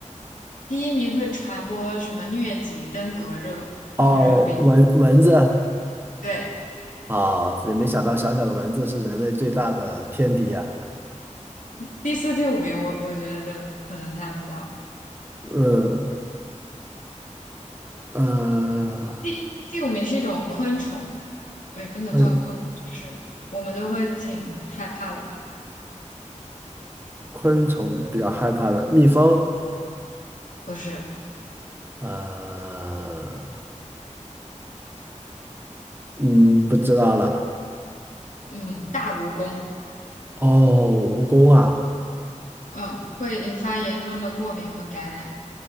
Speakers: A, on the left; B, on the right.
A: 第一名会传播什么疟疾、登革热、
B: 哦，
A: 黄热病。
B: 蚊蚊子
A: 对，
B: 啊，也没想到小小的蚊子是人类最大的天敌呀、
A: 第四、第五名我我觉得可能猜不到。
B: 嗯呃，
A: 第第五名是一种昆虫，哎，不能算昆，
B: 嗯，
A: 就是我们都会挺害怕的吧？
B: 昆虫比较害怕的，蜜蜂。
A: 不是。
B: 呃，嗯，不知道了。
A: 嗯，大蜈蚣，
B: 哦，蜈蚣啊，
A: 嗯，会引发严重的过敏和感染，